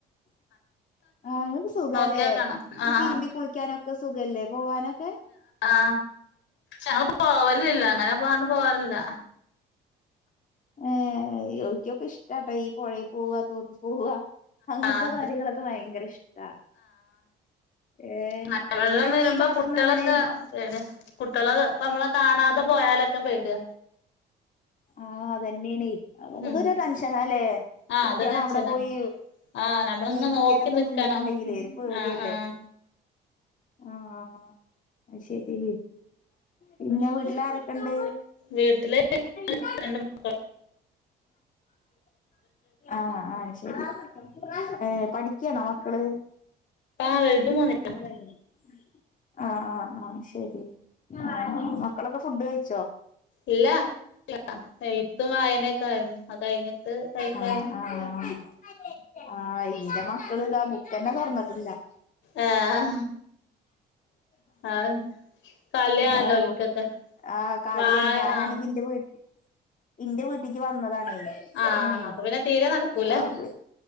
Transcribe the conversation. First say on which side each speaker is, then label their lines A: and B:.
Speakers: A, on the left; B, on the left.
A: <inaudible> ആഹ നിങ്ങക്ക് സുഖാല്ലേ
B: നോക്കിയാ കാണാം ആഹ്
A: ഈ തിരുമ്പി കുളിക്കാനൊക്കെ സുഖല്ലേ പോവാനൊക്കെ
B: ആ ഞങ്ങ പോവലില്ല അങ്ങനെ പോണ്ട് പോവാറില്ല
A: ഏ എനിക്കൊക്കെ ഇഷ്ടാട്ടോ ഈ പുഴയേ പോവാ തോട്ട് പോവ അങ്ങനത്തെ
B: ആഹ്
A: കാര്യങ്ങളൊക്കെ ഭയങ്കര ഇഷ്ടാ ഏഹ്
B: മഴ വെള്ളം
A: ഇവിടെന്ന്
B: വരുമ്പോ
A: ഈ ഭാഗത്തൊന്നും
B: കുട്ടികളൊക്കെ
A: അങ്ങനെ
B: എവിട്യ കുട്ടികളെ നമ്മളെ കാണാതെ. പോയാലൊക്കെ പേട്യ
A: ആഹ അതെന്ന്യാണേ ഇതൊരു
B: ഉം
A: ടെൻഷനാല്ലേ
B: ആഹ്
A: കുട്ടികള
B: അത് ടെൻഷനാ
A: അവിടെ പോയി
B: ആഹ് നമ്മളിങ്ങനെ
A: മീൻ പിടിക്കാനൊക്കെ
B: നോക്കി നിക്കണം
A: നിന്നിട്ടുണ്ടെങ്കില്ലേ ഒരു പേടിയല്ലേ
B: ആഹ് ആഹ്
A: ആഹ അത് ശെരി പിന്നെ വീട്ടിൽ ആരൊക്കെ ഇണ്ട്
B: വീട്ടില്
A: <unintelligible>
B: രണ്ട്
A: ആഹ് ആഹ ശരി ഏ പഠിക്കാണോ മക്കള്
B: ആഹ്
A: <unintelligible>
B: വലുതും പോന്നില്ല
A: ആഹ ആഹ് ആഹ ശരി ആ മക്കളൊക്കെ ഫുഡ് കഴിച്ചോ
B: ഇല്ല ഇല്ല എഴുത്തും വായനയൊക്കെ ആയിരുന്നു അത് കഴിഞ്ഞിട്ട് കഴിക്കാ
A: ആഹ് ആഹ് ആഹ് ഇന്റെ മക്കള് ഇതാ ബുക്ക് തന്നെ തുറന്നട്ടില്ല
B: ആഹ ആഹ തലയാണല്ലോ
A: ആഹ്
B: ഓൽക്കൊക്കെ
A: ആഹ് കളിയാണ്
B: വ
A: ഞാനാണെങ്കി
B: അ
A: ഇന്റെ വീ ഇന്റെ വീട്ട്ക്ക് വന്നതാണേ
B: ആഹ്
A: ഉം
B: അപ്പൊ പിന്നെ തീരെ നടക്കൂല
A: അതോണ്ട്